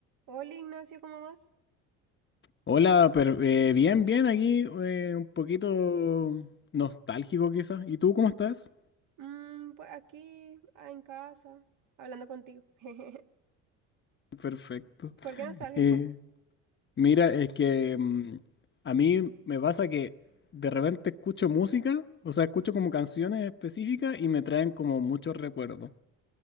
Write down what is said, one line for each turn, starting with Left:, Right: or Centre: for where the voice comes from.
Right: Hola Ignacio, ¿cómo vas?
Left: Hola, per- eh, bien, bien, aquí eh, un poquito nostálgico quizás. ¿Y tú cómo estás?
Right: Mm, pues aquí, ah, en casa, hablando contigo. <laughs>
Left: Perfecto.
Right: ¿Por qué nostálgico?
Left: Eh, mira, es que mm, a mí me pasa que de repente escucho música, o sea, escucho como canciones específicas y me traen como muchos recuerdos.